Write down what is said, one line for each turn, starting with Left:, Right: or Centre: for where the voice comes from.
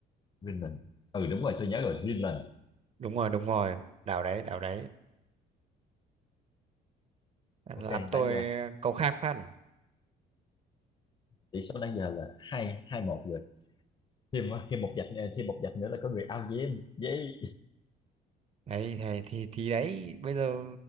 Left: Greenland ừ đúng rồi tôi nhớ rồi Greenland
Right: đúng rồi đúng rồi đảo đấy đảo đấy làm
Left: ok
Right: tôi
Left: nãy giờ
Right: câu khác phát
Left: tỷ số nãy giờ là hai hai một rồi thêm thêm một vạch nữa- thêm một vạch nữa là có người out với em với
Right: đấy thì, thì thì đấy bây giờ